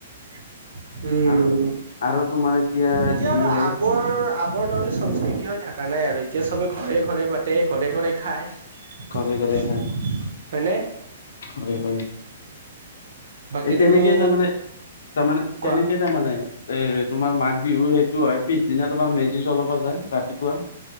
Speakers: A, on the right (about 70°); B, on the left (about 70°).
A: উম,
B: আৰু আৰু তোমাৰ
A: এতিয়া
B: হেৰি
A: আৰু
B: কৰে
A: আগৰ আগ আগৰ দৰে সংস্কৃতি হৈ থকা নাই আৰু এতিয়া সবে ঘৰে ঘৰে পাতে ঘৰে ঘৰে খায়,
B: ঘৰে ঘৰে
A: হয়নে
B: খায় হয় হয়
A: বাকী
B: এই তেনেকেই
A: তুমি
B: তাৰমানে তাৰমানে
A: কোৱা
B: তেনেকেই তাৰমানে, এ তোমাৰ মাঘ বিহুৰ সিটো হয় পিছদিনা তোমাৰ মেজি জলাবা যায় ৰাতিপুৱা